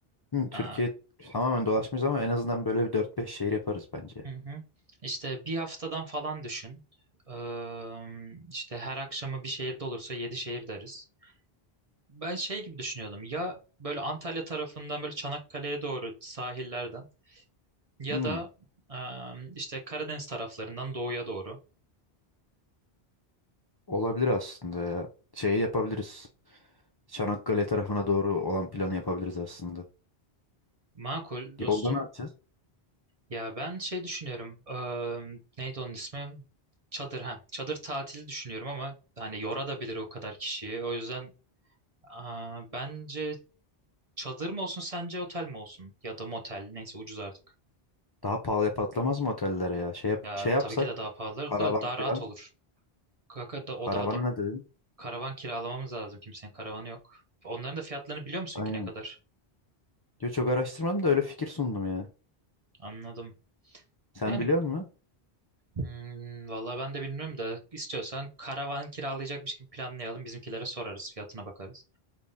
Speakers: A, on the left (about 35°); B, on the right (about 40°).
A: Hı, Türkiye
B: Ee,
A: tamamen dolaşmayız ama en azından böyle bir dört beş şehir yaparız bence.
B: hı hı. İşte bir haftadan falan düşün. Ee, işte her akşamı bir şehirde olursa yedi şehir deriz. Ben şey gibi düşünüyordum ya böyle Antalya tarafından böyle Çanakkale'ye doğru sahillerden ya
A: Hı,
B: da em, işte Karadeniz taraflarından doğuya doğru.
A: olabilir aslında ya. Şeyi yapabiliriz. Çanakkale tarafına doğru olan planı yapabiliriz aslında.
B: Makul
A: Yolda
B: dostum.
A: ne yapacağız?
B: Ya ben şey düşünüyorum. em, neydi onun ismi? Çadır ha. Çadır tatili düşünüyorum ama hani yora da bilir o kadar kişiyi. O yüzden aa, bence çadır mı olsun sence otel mi olsun ya da motel neyse ucuz artık.
A: Daha pahalıya patlamaz mı otellere ya? Şey, yap-
B: Ya
A: şey yapsak
B: tabii ki de daha pahalı
A: karavan
B: da daha rahat
A: falan.
B: olur. Kanka da o
A: Karavana
B: da
A: ne dedin?
B: Karavan kiralamamız lazım. Kimsenin karavanı yok. Onların da fiyatlarını biliyor musun
A: Aynen.
B: ki ne kadar?
A: Yo, çok araştırmadım da öyle fikir sundum ya.
B: Anladım.
A: Sen
B: Yani
A: biliyor musun?
B: hmm, vallahi ben de bilmiyorum da istiyorsan karavan kiralayacakmış gibi planlayalım. Bizimkilere sorarız, fiyatına bakarız.